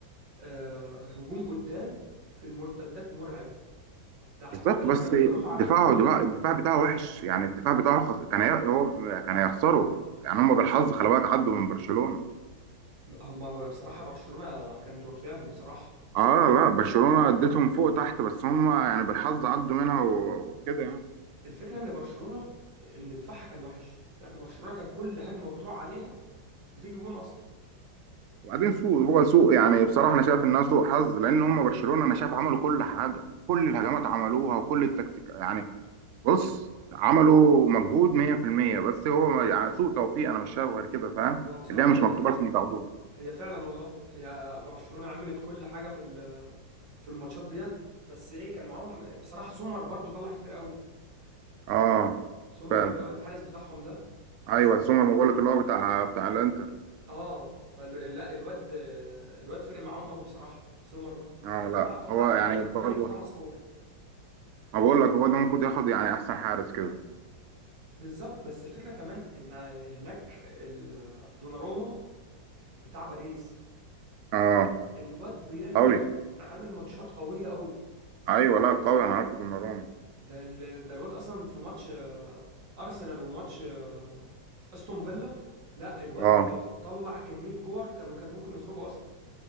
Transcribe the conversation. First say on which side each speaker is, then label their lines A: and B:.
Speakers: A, on the right (about 70°); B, on the right (about 85°).
A: آه هجوم قدام في المرتدات مرعب ده حرفيا
B: بالظبط بس
A: كانوا بيروحوا على
B: دفاعه
A: كل
B: دفاع الدفاع بتاعه وحش يعني الدفاع بتاعه خس... كان هي... هو كان هيخسروا يعني هم بالحظ خلي بالك عدوا من برشلونه
A: هم هو بصراحه برشلونه كانت واكلاهم بصراحه
B: اه لا برشلونه اديتهم فوق تحت بس هم يعني بالحظ عدوا منها وكده يعني
A: الفكره ان برشلونه ان دفاعها كان وحش يعني برشلونه كانت كل هجمه بتروح عليها بتيجي جون اصلا
B: وبعدين سوء هو سوء يعني بصراحه انا شايف انها سوء حظ لان هم برشلونه انا شايف عملوا كل حاجه كل الهجمات عملوها وكل التكتيك يعني بص عملوا مجهود 100% بس هو يعني سوء توفيق انا مش شايف غير كده فاهم
A: هو بصراحه
B: اللي هي مش
A: هي
B: مكتوبه لكم تاخدوها
A: هي فعلا والله هي برشلونه عملت كل حاجه في ال- في الماتشات ديت بس ايه كان معاهم بصراحه سومر برضو طلع كتير قوي
B: اه
A: سومر
B: فعلا
A: اللي هو الحارس بتاعهم ده بس
B: ايوه سومر ما بقول لك اللي هو بتاع بتاع الانتر
A: اه فلا الواد الواد فرق معاهم قوي بصراحه سومر ده
B: اه
A: ده طلع
B: لا
A: طلع
B: هو يعني
A: ي- حرفيا
B: برضه
A: يجي خمس كور
B: ما بقول لك هو ده المفروض ياخد يعني احسن حارس كده
A: بالظبط بس الفكره كمان ان هناك ال- دوناروما بتاع باريس
B: اه
A: الواد بيعمل
B: قوي
A: عامل ماتشات قوية قوي
B: ايوه لا قوي انا عارفه دوناروما
A: ده ال... ده الواد اصلا في ماتش آه، ارسنال وماتش آه، استون فيلا لا الواد
B: اه
A: طلع كمية كور كانوا كانت ممكن يخرجوا اصلا